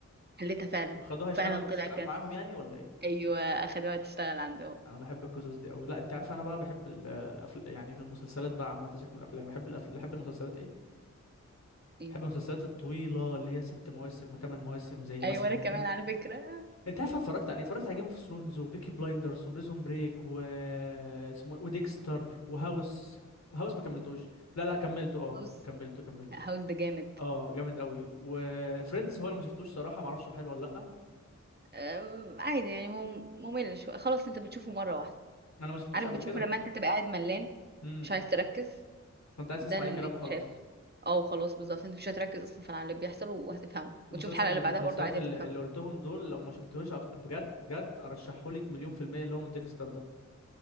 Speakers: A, on the right; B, on the left.
A: حلتها فعلا
B: وخدوها يشتغل
A: فعلا طلع
B: تشتغل
A: كذا
B: معاهم يعني ولا ايه
A: ايوه اخدوها تشتغل عندهم
B: انا بحب القصص دي قوي لا انت عارف انا بقى بحب الأفل... يعني في المسلسلات بقى عامه سيبك من الافلام بحب الأفل... بحب المسلسلات ايه
A: ايوه
B: بحب المسلسلات الطويله اللي هي ست مواسم وثمان مواسم زي مثلا
A: ايوه انا كمان
B: جيم اوف،
A: على فكره
B: انت عارف أنا اتفرجت عليه اتفرجت على جيم اوف ثرونز وبيكي بلايندرز وبريزون بريك و اسمه إيه؟ وديكستر وهاوس هاوس ما كملتوش لا لا كملته اه
A: هاوس
B: كملته كملته
A: هاوس ده جامد
B: اه جامد قوي وفريندز هو اللي ما شفتوش صراحه ما اعرفش هو حلو ولا لا
A: أم، عادي يعني هو ممل شويه خلاص انت بتشوفه مره واحده
B: انا ما شفتوش
A: عارف
B: قبل
A: بتشوفه
B: كده
A: لما انت تبقى قاعد ملان
B: امم
A: مش عايز تركز
B: كنت عايز
A: ده
B: اسمع
A: اللي
B: اي كلام وخلاص
A: اتشاف اه خلاص بالظبط انت مش هتركز اصلا في اللي بيحصل وهتفهمه
B: في
A: وتشوف
B: مسلسل
A: الحلقة
B: من
A: اللي
B: المسلسلات
A: بعدها برضو عادي
B: اللي,
A: هتفهمه
B: اللي قلتهم دول لو ما شفتهوش أق- بجد بجد ارشحهولك مليون في المية اللي هو ديكستر ده